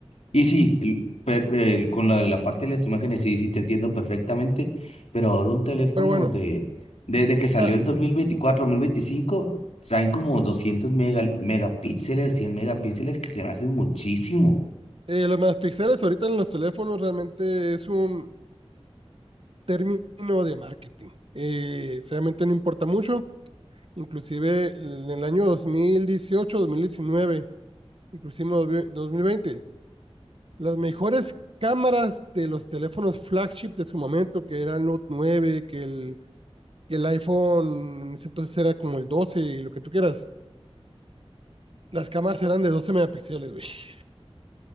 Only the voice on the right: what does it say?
Pero bueno,
mira,
eh, los megapíxeles ahorita en los teléfonos realmente es un, término de marketing. Eh, realmente no importa mucho. Inclusive en el año dos dos mil dieciocho dos mil diecinueve inclusive dos mil veinte las mejores cámaras de los teléfonos flagship de su momento, que era el Note nueve que el, que el iPhone en ese entonces era como el 12 y lo que tú quieras. Las cámaras eran de 12 megapíxeles, güey. <laughs>